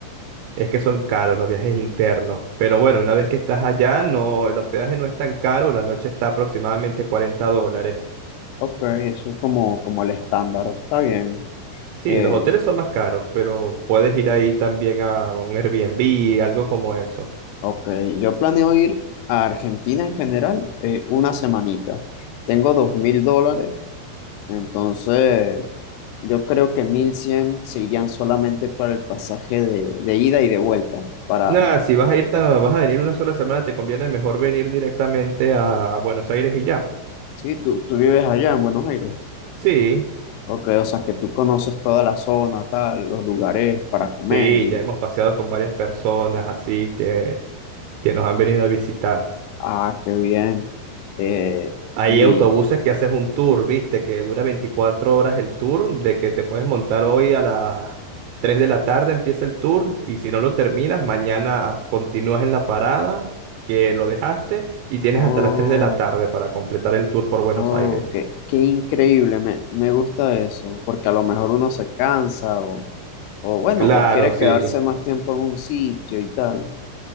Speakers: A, on the right; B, on the left.
A: Es que son caros los viajes internos. Pero bueno, una vez que estás allá, no, el hospedaje no es tan caro, la noche está aproximadamente 40 dólares.
B: Ok, eso es como, como el estándar. Está bien.
A: Sí,
B: Eh,
A: los hoteles son más caros, pero puedes ir ahí también a un Airbnb, algo como eso.
B: ok, yo planeo ir a Argentina en general eh, una semanita. Tengo dos mil dólares Entonces, yo creo que 1100 serían solamente para el pasaje de, de ida y de vuelta. Para,
A: Nada, si vas a ir tan, vas a venir una sola semana, te conviene mejor venir directamente a Buenos Aires y ya.
B: sí, tú, tú vives allá en Buenos Aires.
A: Sí,
B: Ok, o sea que tú conoces toda la zona, tal, los lugares para comer
A: Sí,
B: y,
A: ya hemos paseado con varias personas así que, que nos han venido a visitar.
B: ah, qué bien. Eh,
A: Hay
B: y,
A: autobuses que haces un tour, viste, que dura 24 horas el tour, de que te puedes montar hoy a las 3 de la tarde, empieza el tour, y si no lo terminas, mañana continúas en la parada que lo dejaste y tienes
B: oh,
A: hasta las 3 de la tarde para completar el tour por Buenos
B: oh,
A: Aires.
B: qué, qué increíble, me, me gusta eso, porque a lo mejor uno se cansa o, o bueno,
A: Claro,
B: o quiere
A: sí.
B: quedarse más tiempo en un sitio y tal.